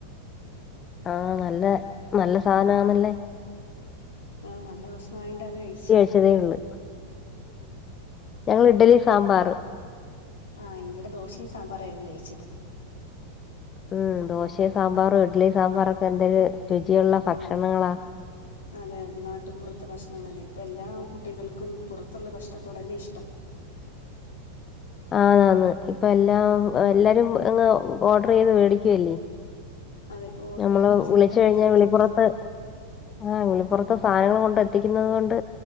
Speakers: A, on the left (about 25°); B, on the left (about 65°).
A: ആഹ നല്ല നല്ല സാധന ആണല്ലേ
B: ആഹ നല്ല ഭക്ഷ്ണ ആയണ്ട് അത് കഴിച്ച്
A: ള്ള ഞങ്ങള് ഇഡലി സാമ്പാർ
B: ആഹ് ഇവിടെ ദോശയും സാമ്പാറായിയിരുന്നു കഴിച്ചത്
A: ഉം ദോശയും സാമ്പാറും ഇഡ്ലി സാമ്പാറൊക്കെ എന്തെിരു രുചിയുള്ള ഭക്ഷണങ്ങളാ
B: അതെ അതെ നാട്ടും പുറത്തെ ഭക്ഷണങ്ങളല്ലേ ഇപ്പ എല്ലാ കുട്ടികൾക്കും പുറത്തുള്ള ഭക്ഷണത്തോടല്ലേ ഇഷ്ടം
A: ആതന്ന് ഇപ്പ എല്ലാം എല്ലാരും അങ്ങ് ഓർഡർ ചെയ്ത് മേടിക്കുവല്ലേ
B: അതിപ്പോ ഓർഡർ
A: നമ്മള്
B: ചെയ്യുന്ന ഒരു സംവിധാനത്തിലെത്തിയല്ലേ
A: വിളിച്ച കഴിഞ്ഞാ വിളിപ്പുറത്ത് ആഹ വിളിപ്പുറത്തെ സാധനങ്ങള് കൊണ്ട് എത്തിക്കുന്നത് കൊണ്ട്